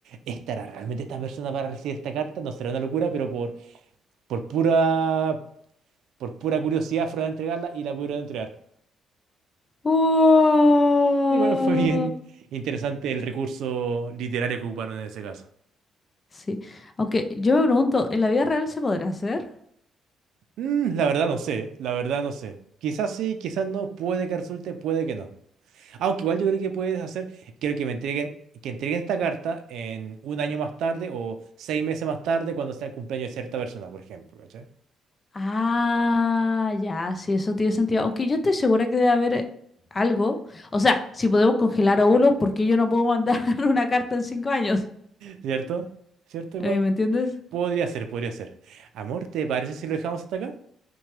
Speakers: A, on the right; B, on the left.
A: ¿estará realmente esta persona para recibir esta carta? No será una locura, pero por, por pura, por pura curiosidad fueron a entregarla y la pudieron entregar.
B: Oh,
A: Igual fue bien interesante el recurso literario que ocuparon en ese caso.
B: sí. Aunque yo me pregunto, ¿en la vida real se podrá hacer?
A: Mm, la verdad no sé, la verdad no sé. Quizás sí, quizás no, puede que resulte, puede que no. Aunque igual yo creo que puedes hacer, quiero que me entreguen, que entreguen esta carta en un año más tarde o seis meses más tarde cuando sea el cumpleaños de cierta persona, por ejemplo, ¿cachai?
B: Ah, ya, sí, eso tiene sentido. Aunque yo estoy segura que debe haber eh, algo. O sea, si podemos congelar óvulos, ¿por qué yo no puedo mandar <laughs> una carta en cinco años?
A: ¿Cierto? ¿Cierto igual?
B: Eh, ¿me entiendes?
A: Podría ser, podría ser. Amor, ¿te parece si lo dejamos hasta acá?